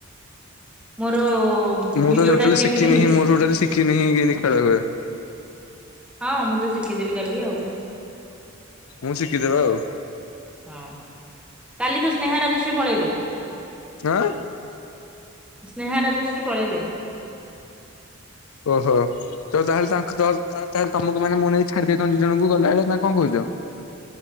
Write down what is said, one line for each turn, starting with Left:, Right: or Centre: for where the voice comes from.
Centre: ମୋର
Left: ମୁଁ
Centre: ଭିଡିଓ
Left: ତ ଟୋଟାଲି
Centre: ଟା କେମିତି
Left: ଶିଖିନିଁ
Centre: ହେଇଛି
Left: ମୁଁ ଟୋଟାଲି ଶିଖିନି କେନ୍ତୀ ଖେଳ ହୁଏ।
Centre: ହଁ ମୁଁ ତ ଶିଖେଇଦେବି କାଲି ଆଉ।
Left: ମୁଁ ଶିଖିଦେବା ଆଉ।
Centre: ହଁ କାଲି ତ ସ୍ନେହା ରାଜସ୍ୱୀ ପଳେଇବେ।
Left: ଆଁ।
Centre: ସ୍ନେହା ରାଜଶ୍ରୀ ପଳେଇବେ।
Left: ଓହୋ। ତ ତାହେଲେ ତା ତାେଲେ ତମକୁ ମାନେ ମୁଁ ନେଇ ଛାଡିଦ ଦେଇ ଦି ଜଣଙ୍କୁ ଗଲାବେଳେ ନା କଣ କହୁଚ?